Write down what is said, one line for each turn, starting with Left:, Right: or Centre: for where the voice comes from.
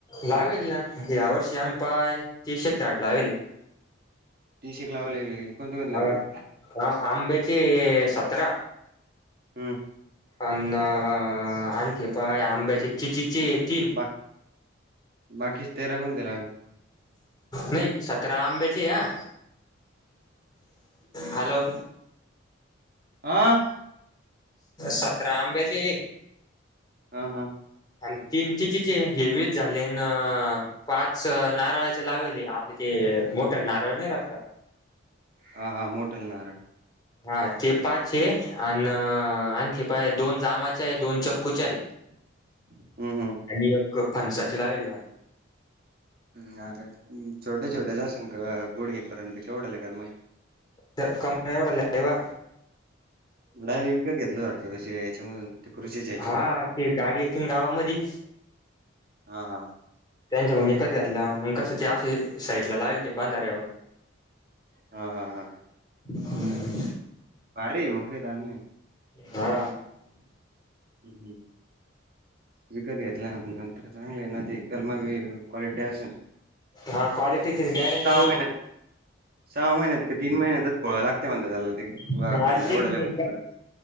Left: लावीले ना, या वर्षी आमी पाय तीशेक झाडं लाविले.
Right: तिसेक लावलेल, कोणते कोणते
Left: हा
Right: लावले?
Left: हा, आंब्याचे सतरा
Right: हम्म.
Left: अन्न आणखी पाय आंब्याचे, चि चिचे ये तीन
Right: बाकी, बाकीचे तेरा कोणती लावली?
Left: नाही, सतरा आंब्याची अं हॅलो!
Right: आं?
Left: सतरा आंबेचे
Right: हा हा.
Left: आणि तिन चिचीचे हे वीच झाले न पाच नारळाचे लावाले, आपले ते मोठ नारळ नाही राहत का?
Right: हा हा, मोटाले नारळ.
Left: हा, ते पाचेय, अन आणखी पाय दोन जामाचे आहे, दोन चिक्कूच्या आहे.
Right: <inaudible> हं, हं.
Left: आणि एक फनसाचे लावेले पाय.
Right: हा काय, छोट्या छोट्याच असन का गुडघेपर्यंत केवढं लागल मग?
Left: त्या कमरा <unintelligible> लागल वा.
Right: डायरेक्ट विकत घेतलंस वाटतं तसे याच्यामधून? ते कृषीच्या ह्याच्यातून
Left: हा, ते गाडी येते न गावामधी.
Right: हा हा.
Left: त्यांच्या कडून ईकत घेतलाव मग कसं ते असे साईटला लावेल ते बंधाऱ्यावर.
Right: हा हा हा.
Left: हम्म.
Right: भारीय मंग काही ताण नाही.
Left: हा.
Right: हम्म. विकत घेतल्या नंतर, चांगलय ना ते? कलमं बी क्वालिटी असल.
Left: हा. क्वालिटीची गॅरंटी देईल
Right: महिन्यात
Left: ना.
Right: सहा महिन्यात का तीन महिन्यातच फोडायला लागत्या म्हणत्या त्याला ते,
Left: ना हा
Right: खांद्या
Left: ते
Right: एवढाल्या
Left: म्हणे
Right: होईसपरत.